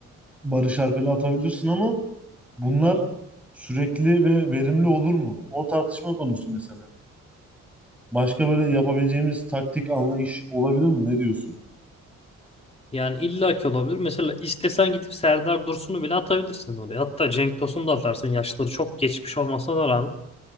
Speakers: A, in the centre; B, on the left.
A: Barış Alper'i atabilirsin ama bunlar sürekli ve verimli olur mu? O tartışma konusu mesela. Başka böyle yapabileceğimiz taktik anlayış olabilir mi? Ne diyorsun?
B: Yani illaki olabilir. Mesela istesen gidip Serdar Dursun'u bile atabilirsin oraya. Hatta Cenk Tosun'u da atarsın. Yaşları çok geçmiş olmasına rağmen.